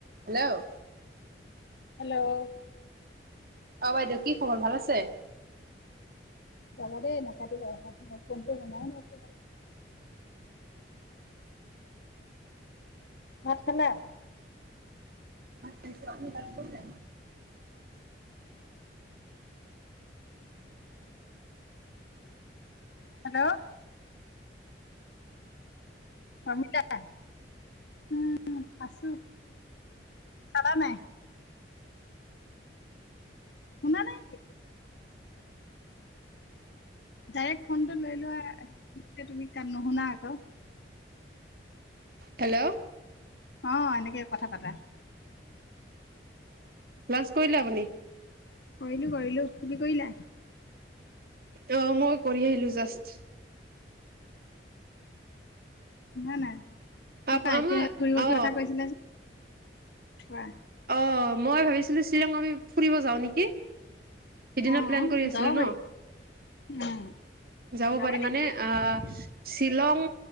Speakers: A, on the right; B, on the left.
A: Hello
B: hello, অ
A: অ', বাইদেউ কি খবৰ ভাল আছে?
B: ৰবা দেই নাকাটিবা মই ফোনটো অনাই নাই, ভাত খালা?
A: নিশ্চয় আপুনি ভাত খাইছে?
B: হেল্ল', অ, <unintelligible> উম, আছো খালা নাই? শুনা নাই? ডাইৰেক্ট ফোনটো লৈ লোৱা তুমি তাত নুশুনা আকৌ।
A: হেল্ল'অ,
B: অহ, এনেকে কথা পাতা।
A: লাঞ্চ কৰিলে আপুনি?
B: কৰিলো- কৰিলো, তুমি কৰিলা?
A: অ মই কৰি আহিলো জাষ্ট <inaudible>
B: নাই নাই কতা
A: আপ আমাৰ
B: এতিয়া ঘূৰিব যোৱা
A: অ
B: কথা কৈছিলা যে কোৱা
A: অ মই ভাবিছিলো চিলঙ বোলি <unintelligible> ফুৰিব যাও নেকি সিদিনা
B: অ
A: প্লেন কৰি আছিলো
B: যাব
A: ন
B: পাৰি উম
A: যাব
B: যাবা
A: পাৰি
B: নেকি
A: মানে আহ শ্বিলং